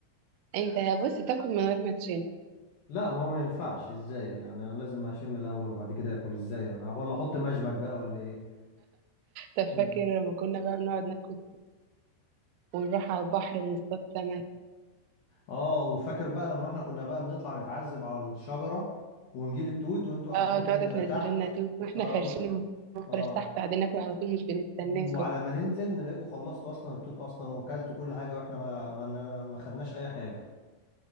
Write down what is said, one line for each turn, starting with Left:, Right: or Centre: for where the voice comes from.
Right: انت بص تاكل من غير ما تشم
Left: لا ما هو ما ينفعش ازاي يعني انا لازم اشم الاول وبعد كده اكل ازاي انا ولا احط مشبك بقى ولا ايه
Right: طب
Left: مم.
Right: فاكر لما كنا بقى بنقعد ناكل ونروح على البحر ونصطاد سمك
Left: اه وفاكر بقى لما احنا كنا بقى بنطلع نتعذب على الشجره ونجيب التوت وانتوا قاعدين
Right: اه تقعدوا تنزلوا
Left: آه، تحت
Right: لنا توت واحنا
Left: اه
Right: فرشين
Left: وانتوا
Right: المفرش
Left: اه
Right: تحت قاعدين ناكل على طول مش بنستناكم
Left: وعلى ما ننزل نلاقيكم خلصتوا اصلا التوت اصلا وكلتوا كل حاجه واحنا ما ما ما خدناش اي حاجه